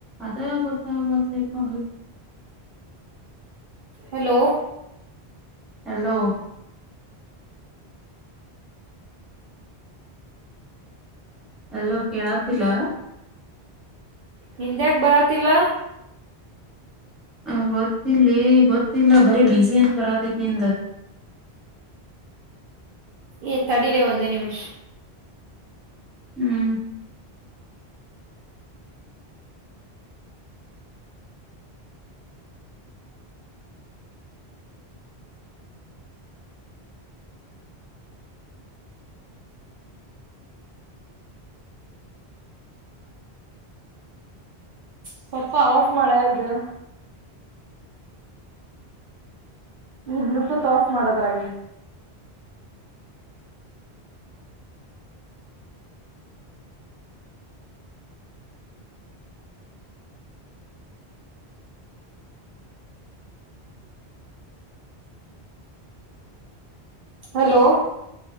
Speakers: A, in the centre; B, on the right.
A: ಅದೇ ಗೊತ್ತಾಗುವದಪ
B: ಹಲೋ
A: ಹಲೋ ಎಲ್ಲೋ ಕೇಳಾತಿಲ್ಲ
B: ಹಿಂದ್ಯಾಕೆ ಬರತಿಲ್ಲ
A: ಆ ಗೊತ್ತಿಲ್ಲ ಗೊತ್ತಿಲ್ಲ ಬರೀ ಬಿಸಿ ಅಂತ ಬರತತಿ ನಿಂದ
B: ಏ ತಡಿಲೇ ಒಂದೇ ನಿಮಿಷ್
A: ಹ್ಮ್
B: ಸ್ವಪ ಆಫ್ ಮಾಡ ಇದು ಈ ಬ್ಲೂಟೂತ್ ಆಫ್ ಮಾಡದ್ರಾಗಿ ಹಲೋ